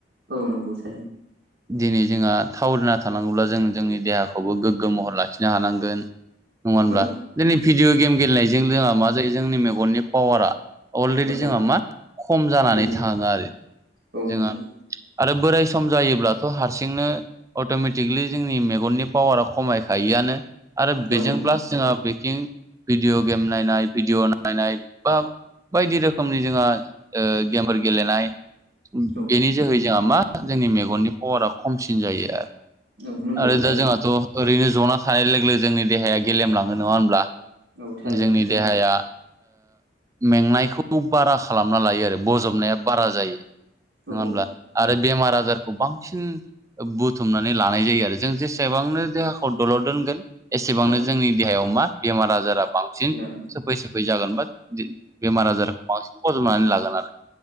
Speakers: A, on the right; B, on the right.
A: औ नंगौस।
B: दिनै जोंहा थावरिना थानांगौब्ला जों जोंनि देहाखौबो गोग्गो महर लाखिनो हानांगोन। नङ होनब्ला
A: औ
B: जोंनि भिडिअ गेम गेलेनायजों जोंहा मा जायो जोंनि मेगन गननि पावारा अलरेडि जोंहा
A: औ
B: मा खम जानानै
A: बेनो
B: थाङो आरो
A: औ
B: जोंहा
A: नंगौ
B: आरो बोराय सम जायोब्लाथ' हारसिंनो अट'मेटिकलि जोंनि मेगननि पावारा खमायखायोआनो। आरो बेजों
A: औ नंगौ
B: प्लास जोंहा बेकिं भिदिअ' गेम नायनाय भिडिअ' नायनाय बा बायदि रोखोमनि जोंहा गेमफोर गेलेनाय
A: औ
B: बेनि जोहै जोंहा मा जोंनि मेगननि पावारा खमसिन जायो आरो।
A: औ नंगौ
B: आरो
A: थारैनो
B: दा जोंहाथ' ओरैनो जना थानाय लोगो लोगो जोंनि देहाया गेलेमलाङो नङा होनब्ला।
A: औ थारैनो
B: जोंनि
A: नंगौ
B: देहाया मेंनायखौ बारा खालामना लायो आरो बजबनाया बारा जायो। नङा
A: औ
B: होमब्ला
A: औ
B: आरो बेमार आजारखौ बांसिन बुथुमनानै लानाय जायो आरो। जों जेसेबांनो देहाखौ दलर दोनगोन एसेबांनो
A: नंगौ
B: जोंनि देहायाव मा बेमार आजारा बांसिन
A: औ
B: सोफै सोफै जागोनबा बिदि बेमार आजारखौ बांसिन बजबनानै लागोन आरो।